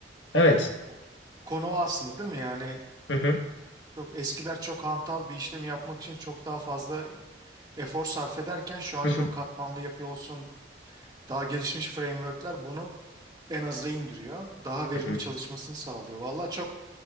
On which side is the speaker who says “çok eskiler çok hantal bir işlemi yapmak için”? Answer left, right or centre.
Right